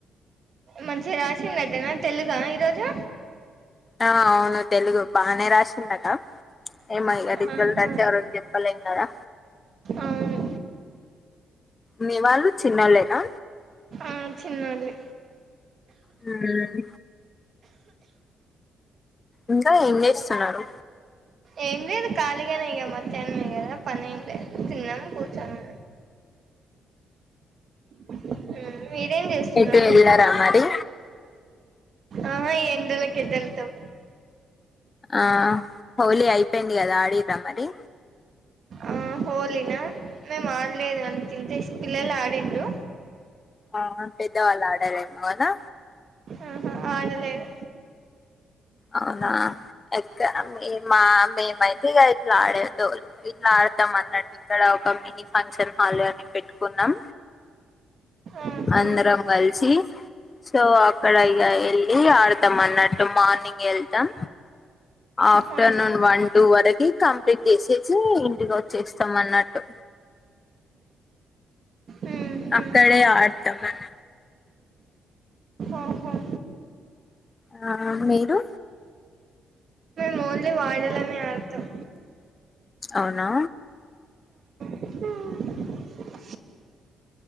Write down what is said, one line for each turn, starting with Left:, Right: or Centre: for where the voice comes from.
Right: మంచిగా రాసిందట్టనా తెలుగా ఈరోజు
Left: ఆ అవును తెలుగు బానే రాసిందట ఏమో ఇగ రిజల్ట్
Right: ఆహా
Left: వచ్చే వరకు జొప్ ప్పలేమ్ గదా
Right: అవును
Left: మీవాళ్ళు చిన్నోళ్ళేనా
Right: ఆ చిన్నోల్లే
Left: హూమ్ ఇంకా ఏం జేస్తన్నారు
Right: ఏం లేదు కాలిగానే ఇగ మద్యానం గదా పని ఏం లేదు తిన్నము కూర్చొని హూమ్ మీరేం జెస్తున్నారు
Left: ఎటు వెళ్ళారా మరి
Right: ఆహా ఈ ఎండలకి ఎటెల్తాం
Left: ఆ హోలీ అయిపోయింది గదా ఆడిర్రా మరి
Right: ఆ హోలీనా మేం ఆడలేదు అంత ఇంట్రెస్ట్ పిల్లలు ఆడిండ్రు
Left: ఆ పెద్దవాళ్ళు ఆడారేమో కదొ
Right: ఆహ ఆడలేదు
Left: అవునా ఎక్క మ మా మేమైతే ఇగా ఇట్లా ఆడేటోల్లు ఇట్లా పెద్దమ్మ అన్నట్టు ఇక్కడ ఒక మినీ ఫంక్షన్ హాల్ అని పెట్టుకున్నాం
Right: ఆహా ఆహా
Left: అందరం గలిసి సో అక్కడ ఇగ వెళ్ళి ఆడతాం అన్నట్టు మార్నింగే వెళ్తాం ఆఫ్టర్నూన్
Right: ఆ,
Left: వన్ టూ వరకు కంప్లీట్ చేసేసి ఇంటికి వచ్చేస్తాం అన్నట్టు
Right: ఉమ్, ఉమ్,
Left: అక్కడే ఆడతామన్న
Right: ఓహో
Left: ఆ మీరు
Right: మోన్లీ వాడలనే ఆర్థం
Left: అవునా
Right: ఆ